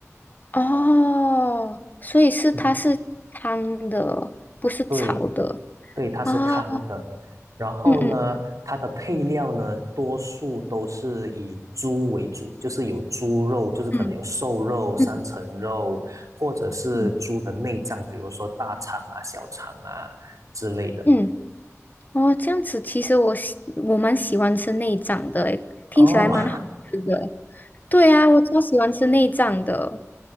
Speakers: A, on the left; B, on the right.
A: 哦，所以是它是汤的，
B: 嗯。
A: 不是炒的
B: 对。对，它是汤的。
A: 啊。
B: 然后呢，
A: 嗯嗯
B: 它的配料呢，多数都是以猪为主，就是有猪肉，就是可能有瘦肉、
A: 嗯
B: 三层肉，
A: 嗯
B: 或者是猪的内脏，
A: 嗯
B: 比如说大肠啊、小肠啊之类的。
A: 嗯。哦，这样子，其实我喜我蛮喜欢吃内脏的，诶，
B: 哦，
A: 听起来蛮好吃的诶。
B: <laughs>
A: 对啊，我超喜欢吃内脏的。